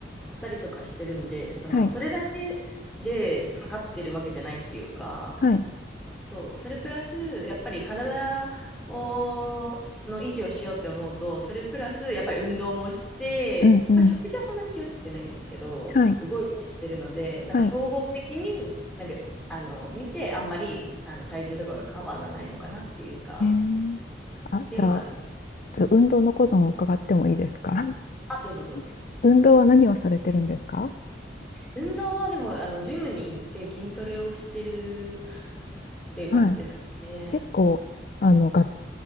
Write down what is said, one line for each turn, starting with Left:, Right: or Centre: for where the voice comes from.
Centre: したりとかしてるんで、その、
Left: はい、
Centre: それだけで測ってるわけじゃないっていうか、
Left: はい、
Centre: そう、それプラス、やっぱり体を、の維持をしようって思うと、それプラス、やっぱり運動もして、
Left: うん、うん、
Centre: まあ、食事はそんなに気をつけてないんですけど、
Left: はい、
Centre: 動いたりしてるので、なんか総合的に、
Left: はい。
Centre: なんか、あの、見て、あんまり、あの、体重とかが変わらないのかなっていうか、
Left: えー
Centre: っていうのもあるのか。
Left: あ、じゃあ、ちょっと運動のことを伺ってもいいですか
Centre: あ、どうぞどうぞ。
Left: <laughs> 運動は何をされてるんですか
Centre: 運動はでも、あの、ジムに行って筋トレをしてるっていう感じですかね。
Left: はい結構、あの、がっ